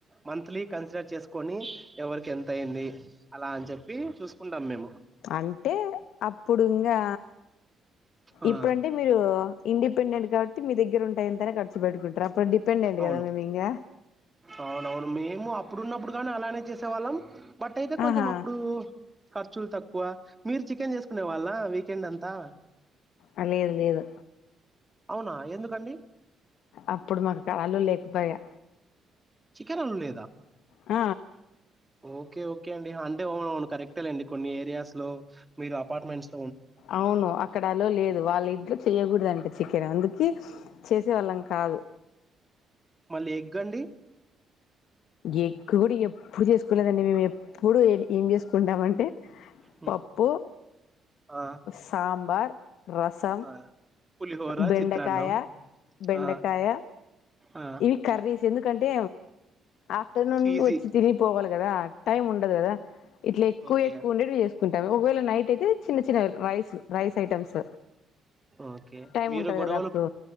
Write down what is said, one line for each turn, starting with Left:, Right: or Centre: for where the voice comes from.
Right: మంత్లీ కన్సిడర్ చేసుకొని ఎవరికి ఎంత అయింది అలా అని చెప్పి చూసుకుంటాం మేము
Left: అంటే అప్పుడు ఇంగా
Right: ఆ!
Left: ఇప్పుడుంటే మీరు ఇండిపెండెంట్ కాబట్టి మీ దగ్గరుంటాయి అంతన్నా క చ్చు పెటుకున్ ట్రప్పుడు డిపెండెంట్
Right: అవును.
Left: కదా మేము ఇంగా
Right: అవునవును మేము అప్పుడున్నప్పుడు కానీ అలానే చేసేవాళ్ళం బట్ అయితే కొంచెం
Left: ఆహా
Right: అప్పుడు ఖర్ చులు తక్కువ మీరు చికెన్ చేసుకునే వాళ్ళా వీకెండ్ అంతా
Left: ఆ లేదు లేదు
Right: అవునా ఎందుకండి
Left: అప్పుడు మాకు కళలు లేకపోయా
Right: చికెన్ అలో లేదా
Left: ఆ
Right: ఓకే ఓకే అండి అంటే అవునును కరెక్టేలేండి కొన్ని ఏరియాస్ లో మీరు అపార్ట్మెంట్స్
Left: అవును అక్కడ అలో లేదు వాళ్ళ ఇంట్లో చెయ్యకూడదంట చికెన్ అందుకు క చేసేవాళ్ళం కాదు
Right: మళ్ళీ ఎగ్గండి
Left: ఎగ్గు కూడా ఎప్పుడు చేసుకోలేదండి మేము ఎప్పుడు ఏం చేసుకుంటామంటే
Right: హ్మ్.
Left: పప్పు,
Right: ఆ!
Left: సాబార్, రసం,
Right: ఆ పులిహోర
Left: బెండకాయ,
Right: చిత్రాన్నం
Left: బెండకాయ
Right: ఆ ఆ
Left: ఇవి కర్రీస్ందు రంటే ఆఫ్టర్నూన్
Right: ఈజీ
Left: వచ్చి తిరి పోగాల కదా టైమ్ ఉండదు కదా ఇట్లా ఎక్కువ
Right: ఓకే
Left: ఎక్కువ ఉండేవి చేసుకుంటాం ఒకవేళ నైట్ అయితే చిన్న చిన్న rice rice items
Right: okay
Left: time
Right: మీరు
Left: ఉంటది
Right: గొడవలు
Left: కదా అప్పుడు